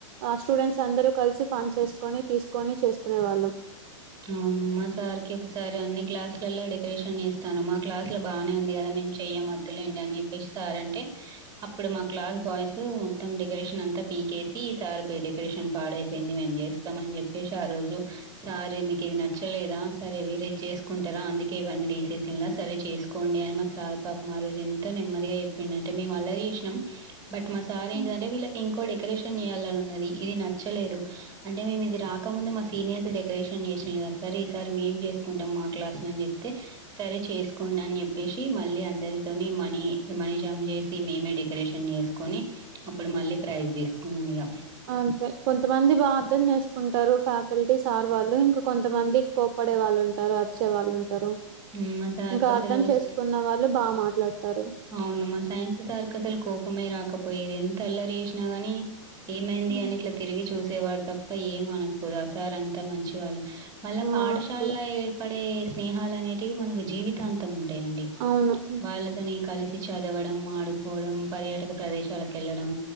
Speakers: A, on the right; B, on the right.
A: ఆ స్టూడెంట్స్ అందరూ కలిసి ఫండ్స్ వేసుకొని తీసుకొని చేసుకునేవాళ్ళం
B: అవును మా సార్ కి ఒకసారి అన్ని క్లాస్ లలో డెకరేషన్ చేస్తాను మా క్లాస్ లో బాగానే ఉంది కదా ఇంకా చెయ్య వద్దులేండి అని చెప్పే సార్ అంటే అప్పుడు మా క్లాస్ బాయ్స్ మొత్తం డెకరేషన్ అంతా పీకేసి సార్ బ డెకరేషన్ పాడైపోయింది మేం చేస్తాం అని చెప్పేసి ఆ రోజు సార్ ఇది నచ్చలేదా సరే వేరేది చేసుకుంటారా అందుకే ఇవన్నీ తీసేసి ఇలా సరే చేసుకోండి అని మా సార్ పాపం ఆ రోజు ఎంత నెమ్మదిగా చెప్పిండు అంటే మేము అల్లరి చేసినాం బట్ మా సార్
A: వాళ్ళం
B: ఏంటిది అంటే వీళ్ళకి ఇంకోటి డెకరేషన్ చేయాలి అని ఉన్నది ఇది నచ్చలేదు ఆ అంటే మేము ఇది రాకముందు మా సీనియర్స్ డెకరేషన్ చేసి సార్ ఈసారి మేం చేసుకుంటాం మా క్లాస్ ను అని చెప్తే సరే చేసుకోండి అని చెప్పి చెప్పేసి మళ్ళీ అందరితోని మనీ ది మనీజామ్ చేసి మేమే డెకరేషన్ చేసుకొని అప్పుడు మళ్ళీ ప్రైజ్ తీసుకున్నాం ఇగ
A: అంతే కొంతమంది బా అర్థం చేసుకుంటారు ఫ్యాకల్టీ సార్ వాళ్ళు ఇంకా కొంతమంది కోప్పడే వాళ్ళు ఉంటారు అరిచే వాళ్ళు ఉంటారు
B: మ్, మా సార్కి
A: ఇంకా
B: అసలు
A: అర్థం చేసుకున్న
B: స్-
A: వాళ్ళు బా మాట్లాడుతారు
B: అవును మా సైన్స్ సార్ కి అసలు కోపమే రాకపోయేది ఎంత అల్లరి చేసినా గాని ఏమైంది
A: హ్మ్.
B: అని ఇట్లా తిరిగి చూసేవాడు తప్ప ఏం అనకపోడు ఆ సార్ అంతా మంచి వాళ్ళు మళ్ళా పాఠశాలలో
A: మాకు కూడా
B: ఏర్పడే స్నేహాలు అనేటివి మనకు జీవితాంతం ఉంది ఉంటాయి అండీ
A: అవును హ్మ్.
B: వాళ్ళతోని కలిసి చదవడం ఆడుకోవడం పర్యాటక ప్రదేశాలకు వెళ్ళడం